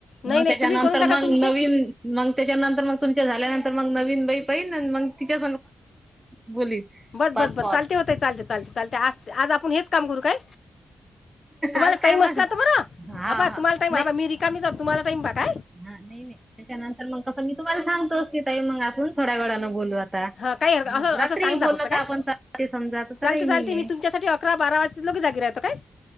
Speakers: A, on the left; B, on the right.
A: नाही
B: मग
A: नाही
B: त्याच्यानंतर
A: तुम्ही करून टाका
B: मग
A: तुमचे
B: नवीन मग त्याच्यानंतर मग तुम त झाल्यानंतर मग नवीन बाई पहिल मग तिच्या बोलीन.
A: बस
B: पाच
A: बस बस
B: कॉल.
A: चालते होते चालते चालते चालते आज आपण हेच काम करू काय. तुम्हाला
B: आज
A: टाईम
B: काय
A: असला
B: मग
A: तर बर
B: हा
A: ह
B: हा
A: तुम्हाला टाईम
B: नाही
A: ह मी रिकामी तुम्हाला टाईम बघा.
B: हा नाही नाही त्याच्यानंतर मग कसं मी तुम्हाला सांगतो की ताई मग आपण थोड्या वेळानं बोलू. आता.
A: हा काय हर असं
B: मग रात्री
A: असं सांग जा
B: बोललं
A: फक्त काय
B: तर आपण ते समजा तसं
A: चालते
B: काही
A: चालते
B: नाहीये.
A: मी तुमच्यासाठी अकरा बारा वाजता लोके जागी राहते. काय